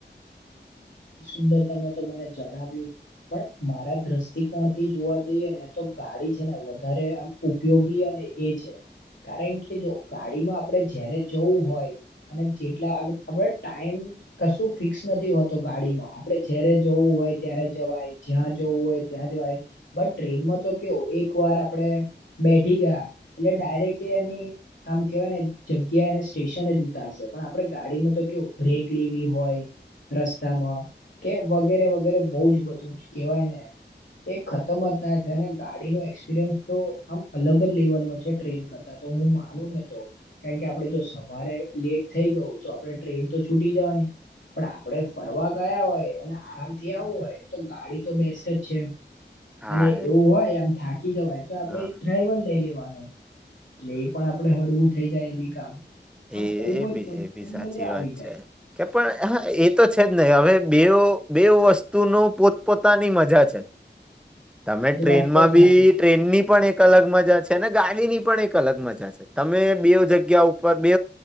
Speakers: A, on the left (about 80°); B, in the centre.
A: <unintelligible> સુંદર તમે તો મને જણાવ્યું પણ મારા દ્રષ્ટિકોણ થી જોવા જઈએ ને તો ગાડી છે. ને વધારે આમ ઉપયોગી અને એ છે કારણ કે જો ગાડીમાં આપણેે જારે જવું હોય અને જેટલા આપ ટાઈમ કશું ફિક્સ નથીહોતો. ગાડીમાં આપડે જય્યારે જવું હોય. ત્યારે જવાય જ્યાં જવું હોય ત્યાં જવાય બ ટ્રેનમાં કે એક વાર આપણે બેઠી ગયા એટલે ડાયરેક્ટ એ એની આમ કેવાય ને જગ્યા અને સ્ટેશન જ ઉતારશે પણ આપડે ગાડીમાં તો કેવું બ્રેક લેવી હોય. રસ્તામાં કે વગેરે-વગેરે બહુ જ બધું જ કેહેવાય ને એ ખતમજ ના થ અને ગાડીનો એક્સપિરિયન્સ તો આમ અલગ જ લેવલનો છે. ટ્રેન કરતા તો હું માનું નતો કારણ કે આપણે જો સવારે લેટ થઈ ગયું તો આપણે ટ્રેન તો છૂટી જવાની પણ, આપ આપડ ફરવા ગયા હોય, અને આરામ થી આવવું હોય. તો ગાડી તો બેસ્ટ જ છે.
B: હા
A: અને એવું હોય, આમ થાકી જવાય. તો આપડે
B: હા
A: એક ડ્રાઈવર લઈ લેવાનો. એટલે એ પણ આપડે હળવું થઈ જય. બી કામ
B: એ
A: આમ ખુબ
B: એ બી
A: જ મજ-
B: એ બી સાચી
A: મજા આવી
B: વાત છે,
A: જાય
B: કે પણ હ તો છેજ નહી, હવે બે-બે વસ્તુનુ, પોતપોતાની મજા છે. તમે
A: એ
B: ટ્રેનમાં
A: વાત તો સાચી
B: બી
A: છે
B: ટ્રેનની પણ, એક અલગ મજા છે. તેના ગાડીની પણ એક અલગ મજા છે, તમે બે જગ્યા ઉપર બે